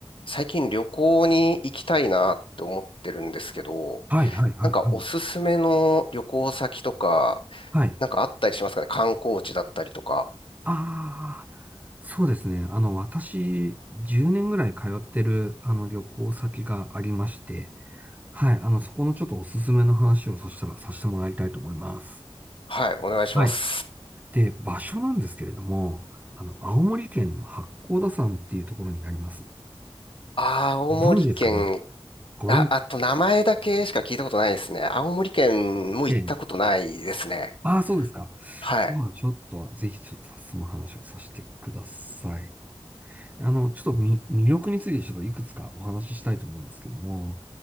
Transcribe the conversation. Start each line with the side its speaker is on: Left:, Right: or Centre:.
Left: 最近旅行に行きたいなって思ってるんですけど、
Right: はいはいはいはい。
Left: なんかおすすめの旅行先とか、
Right: はい。
Left: なんかあったりしますかね観光地だったりとか。
Right: ああ、そうですね。あの、私、10年ぐらい通ってる、あの、旅行先がありまして、はい。あの、そこのちょっとおすすめの話をそしたらさせてもらいたいと思います。
Left: はい、お願いします。
Right: はい。で、場所なんですけれども、あの、青森県の八甲田山っていうところになります。
Left: あー青森県、
Right: ご存知ですかねご存知。
Left: あ、あと名前だけしか聞いたことないですね。青森県も行ったことないですね。
Right: ええ。ああ、そうですか。
Left: はい。
Right: では、ちょっと、ぜひちょっとその話をさせてください。あの、ちょっとみ魅力についてちょっといくつかお話ししたいと思うんですけども、